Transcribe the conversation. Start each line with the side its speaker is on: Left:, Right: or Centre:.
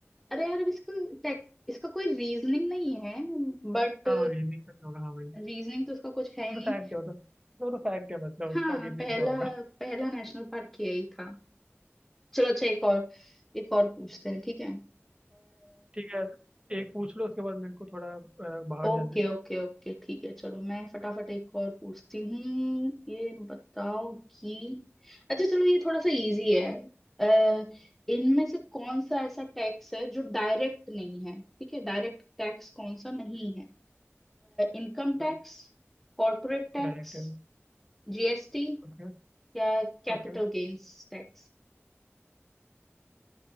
Centre: अरे यार अब इसको टेक इसका कोई रीजनिंग नहीं है बट
Right: हाँ रीजनिंग तो नहीं होगा हाँ भाई
Centre: रीजनिंग तो इसका कुछ है नहीं
Right: तो फैक्ट है मतलब वो तो फैक्ट है मतलब उसका
Centre: हाँ
Right: रीजनिंग
Centre: पहला
Right: क्या होगा
Centre: पहला नेशनल पार्क यही था चलो अच्छा एक और एक और पूछते हैं ठीक है
Right: ठीक है एक पूछ लो उसके बाद मेरे को थोड़ा अ, बाहर
Centre: ओके
Right: जाना है
Centre: ओके ओके ठीक है चलो मैं फटाफट एक और पूछती हूँ ये बताओ कि अच्छा चलो ये थोड़ा सा इजी है अ, इनमें से कौन सा ऐसा टैक्स है जो डायरेक्ट नहीं है ठीक है डायरेक्ट टैक्स कौन सा नहीं है Income
Right: तो
Centre: tax corporate tax
Right: डायरेक्ट है
Centre: GST
Right: ओके
Centre: या capital
Right: ओके
Centre: gains tax